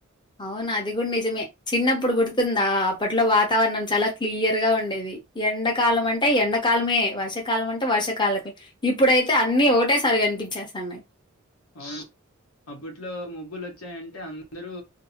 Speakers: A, on the left; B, on the left.
A: అవును అది కూడా నిజమే. చిన్నప్పుడు గుర్తుందా అప్పట్లో వాతావరణం చాలా క్లియర్ గా ఉండేది. ఎండాకాలం అంటే ఎండాకాలమే, వర్షాకాలం అంటే వర్షకాలమే. ఇప్పుడైతే అన్ని ఒకటేసారి కనిపించేస్తాన్నాయి.
B: అవును అప్పట్లో ముబ్బులు వచ్చాయంటే అందరూ.